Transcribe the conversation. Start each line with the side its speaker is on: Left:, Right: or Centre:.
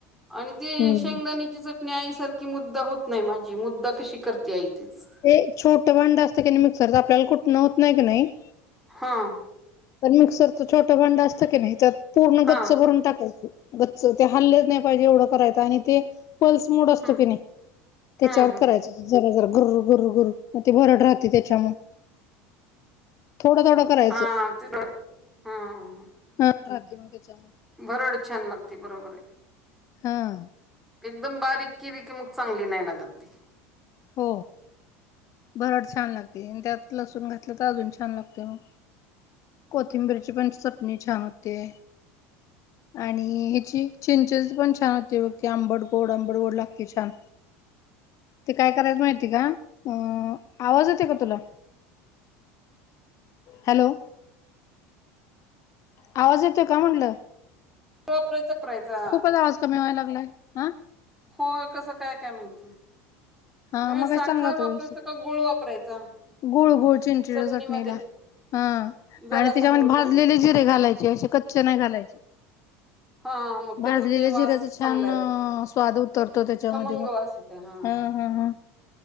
Centre: आणि ते
Left: हम्म
Centre: शेंगदाणीची चट नी, आईसारखी मुद्दा होत नाही माझी, मुद्दा कशी करते आई तेच.
Left: ते छोटं भांडं असतं की नाही मिक्सरच, आपल्याला कुटन होत नाही की नाही?
Centre: हां.
Left: तर मिक्सरच छोटं भांडं असतं की नाही, त्यात पूर्ण
Centre: हा
Left: गच्च भरून टाकायचं. गच्च, ते हल्लच नही पाहिजे, एवढं करायचं आणि ते पल्स मोड असतो
Centre: हम्म
Left: की नाही त्याच्यावर
Centre: हम्म हम्म
Left: करायच. जरा जरा गुर गुर गुर मग ते भरट राहते त्याच्यामुळं थोडं थोडं करायचं
Centre: आ ते बघ हा ह!
Left: भरड राहती म त्याच्यामुळं.
Centre: भरड छान लागते बरोबर आहे.
Left: हां!
Centre: एकदम बारीक केली की मग चांगली नाही लागत ती.
Left: हो भरड छान लागते आणि त्यात लसूण घातलं तर अजून छान लागते मग कोथिंबीरीची पण चटणी छान होते. आणि ह्याची चिंचेची पण छान होते बघते आंबट गोड आंबट गोड लागते छान ते काय करायच माहिती, का अ आवाज येतो का तुला? हॅलो! आवाज येतोय का म्हटलं?
Centre: वापरायचं करायचा.
Left: खूपच आवाज कमी व्हाय लागलाय हा.
Centre: होय कसं काय काय माहिती.
Left: हा
Centre: नव्हे
Left: मगाशी
Centre: साखर
Left: चांगलं होता
Centre: वापरायचा
Left: व्यवस्थित
Centre: का गुळ वापरायचा
Left: गुळ गुळ चिंचेच्या
Centre: चटणीमध्ये
Left: चटणीला. हा
Centre: जरासा
Left: आणि त्याच्यामध्ये
Centre: गुळ
Left: भाजलेले
Centre: काय
Left: जिरे घालायचे असे कच्चे नाही घालायचे.
Centre: हा मग त्याचा
Left: भाजलेल्या
Centre: ते
Left: जिऱ्याचा
Centre: वास
Left: छान
Centre: चांगला आहेत
Left: स्वाद उतरतो त्याच्यामध्ये
Centre: खमंग
Left: मग
Centre: वास येते हा
Left: हं हं हा!